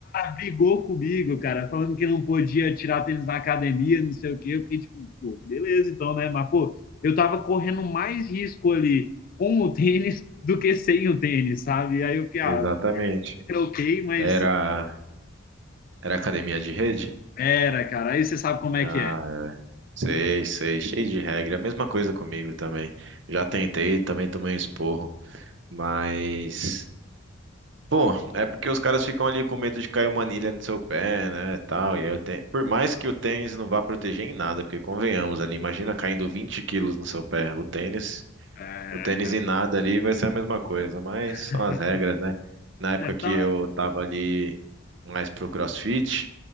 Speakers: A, on the left; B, on the right.
A: brigou comigo, cara, falando que não podia tirar tênis na academia, não sei o quê. Eu fiquei tipo, pô, beleza então, né? Mas, pô, eu tava correndo mais risco ali com o tênis <laughs> do que sem o tênis, sabe? E Aí eu fiquei, ah,
B: exatamente.
A: troquei, mas
B: Era, era academia de rede?
A: era, cara. Aí você sabe como é
B: Ah,
A: que é.
B: sei, sei, cheio de regra. A mesma coisa comigo também. Já tentei, também tomei um esporro, mas Pô, é porque os caras ficam ali com medo de cair uma anilha no seu pé, né, tal, e aí eu tenho... Por mais que o tênis não vá proteger em nada, porque convenhamos ali, imagina caindo 20 quilos no seu pé, o tênis
A: É,
B: o tênis
A: cara.
B: e nada ali vai ser a mesma coisa, mas
A: <laughs>
B: são as regras, né? Na época
A: É, tá.
B: que eu tava ali mais pro CrossFit,